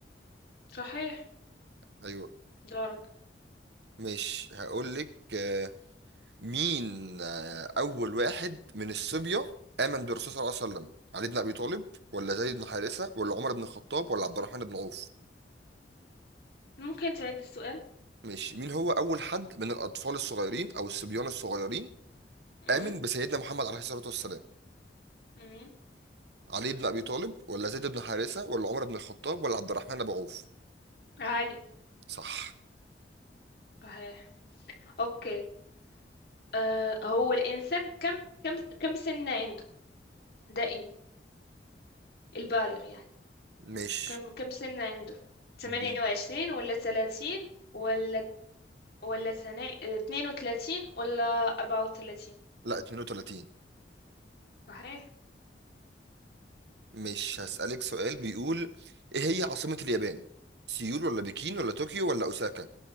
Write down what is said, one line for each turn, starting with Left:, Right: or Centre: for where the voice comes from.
Left: صحيح
Right: ايوه
Left: دورك
Right: مش هقول لك آه، مين آه، اول واحد من الصبية امن بالرسول صلى الله عليه وسلم علي بن ابي طالب ولا زيد بن حارثة ولا عمر بن الخطاب ولا عبد الرحمن بن عوف
Left: ممكن تعيد السؤال
Right: ماشي مين هو اول حد من الاطفال الصغيرين او الصبيان الصغيرين
Left: امم
Right: امن بسيدنا محمد عليه الصلاة والسلام
Left: امم
Right: علي بن ابي طالب ولا زيد بن حارثة ولا عمر بن الخطاب ولا عبد الرحمن بن عوف
Left: عالي
Right: صح
Left: صحيح اوكي آه هو الانسان كم كم كم سنة عنده دائما البالغ يعني
Right: مش
Left: كم كم سنة عنده 28
Right: دي
Left: ولا 30 ولا ولا سنة 32 ولا 34
Right: لا 32
Left: صحيح
Right: مش هسألك سؤال بيقول ايه هي عاصمة اليابان سيول ولا بكين ولا طوكيو ولا اوساكا